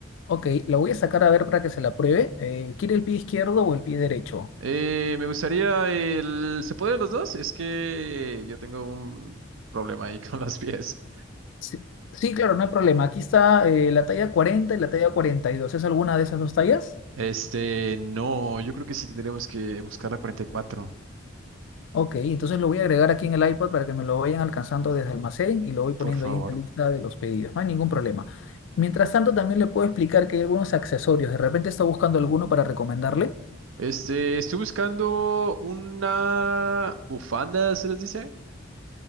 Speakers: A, on the left; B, on the right.
A: Ok, la voy a sacar a ver para que se la pruebe. Eh, ¿quiere el pie izquierdo o el pie derecho?
B: Eh, me gustaría el... ¿Se puede los dos? Es que yo tengo un problema ahí <laughs> con los pies.
A: Sí, sí, claro, no hay problema. Aquí está eh, la talla 40 y la talla 42. ¿Es alguna de esas dos tallas?
B: Este, no, yo creo que sí tendríamos que buscar la 44,
A: Ok, entonces lo voy a agregar aquí en el iPad para que me lo vayan alcanzando desde almacén y lo voy poniendo
B: por favor.
A: ahí en la lista de los pedidos. No hay ningún problema. Mientras tanto, también le puedo explicar que hay algunos accesorios. De repente está buscando alguno para recomendarle.
B: Este, estoy buscando una bufanda, ¿se les dice?